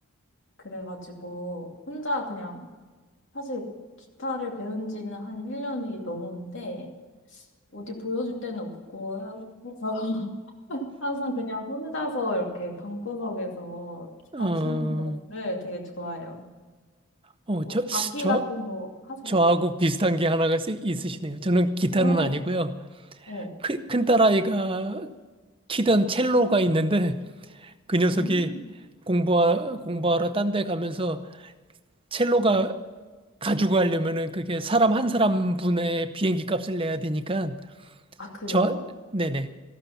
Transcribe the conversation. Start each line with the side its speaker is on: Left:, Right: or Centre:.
Left: 그래가지고 혼자 그냥 사실 기타를 배운 지는 한 1년이 넘었는데 어디 보여줄 데는 없고 해서 <laughs> 항상 그냥 혼자서 이렇게 방구석에서 기타
Right: 어,
Left: 치는 거를 되게 좋아해요.
Right: 어,
Left: 뭐
Right: 저,
Left: 악기
Right: 저,
Left: 같은 거 하세요?
Right: 저하고 비슷한 게 하나가 있- 있으시네요. 저는 기타는
Left: 어,
Right: 아니고요.
Left: 네.
Right: 큰, 큰딸아이가 키던 첼로가 있는데 그 녀석이
Left: 음.
Right: 공부하, 공부하러 딴 데 가면서 첼로가 가지고 가려면은 그게 사람 한 사람 분의 비행기 값을 내야 되니까
Left: 아, 그래요?
Right: 저, 네네.